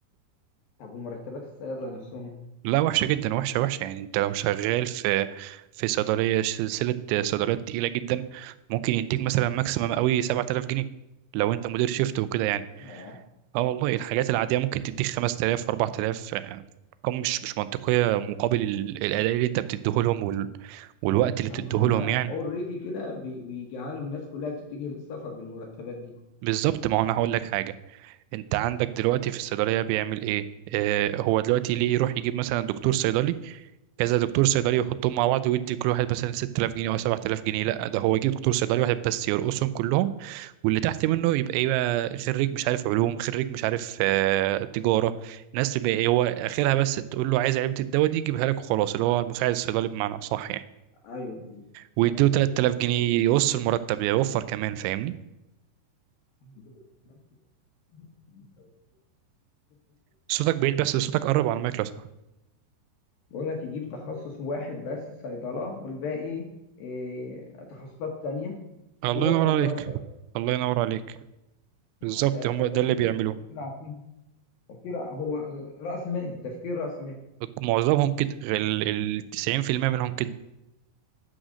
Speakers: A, on the left; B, on the right.
A: طب ومرتبات الصيادلة نفسهم
B: لا وحشة جدا وحشة وحشة يعني انت لو شغال في في صيدلية سلسلة صيدليات تقيلة جدا ممكن يديك مثلا ماكسيمم قوي 7000 جنيه لو انت مدير شيفت وكده يعني
A: آه،
B: اه والله الحاجات العادية ممكن تديك 5000 و4000 ارقام مش مش منطقية مقابل ال- الأداء اللي انت بتديهولهم وال... والوقت اللي
A: طب
B: بتديهولهم
A: ما هم
B: يعني
A: اوريدي كده بي- بيجعلوا الناس كلها تتجه للسفر بالمرتبات دي
B: بالظبط ما هو انا هقول لك حاجة انت عندك دلوقتي في الصيدلية بيعمل ايه اه هو دلوقتي ليه يروح يجيب مثلا دكتور صيدلي كذا دكتور صيدلي يحطهم مع بعض ويدي كل واحد مثلا 6000 جنيه او 7000 جنيه لا ده هو يجيب دكتور صيدلي واحد بس يرقصهم كلهم واللي تحت منه يبقى يبقى خريج مش عارف علوم خريج مش عارف آه، تجاره الناس تبقى إيه، هو اخرها بس تقول له عايز علبه الدواء دي يجيبها لك وخلاص اللي هو المساعد الصيدلي بمعنى اصح يعني
A: ايوه ايوه
B: ويديله
A: هو كده
B: 3000
A: واضحة.
B: جنيه يقص المرتب ده، يوفر كمان فاهمني
A: نجيب واحد بس من الصيدلية كلها نجيب أي بقى-
B: صوتك بعيد بس صوتك قرب على المايك لو سمحت
A: بقول لك يجيب تخصص واحد بس صيدلة والباقي إيه تخصصات تانية
B: الله
A: ويوفر
B: ينور عليك
A: مرتب
B: الله ينور عليك
A: لا،
B: بالظبط
A: ده
B: هم
A: ده تفكير
B: ده اللي بيعملوه
A: تفكير عقيم تفكير ع- هو رأس مالي تفكير رأس مالي
B: معظمهم كده ال ال- 90% منهم كده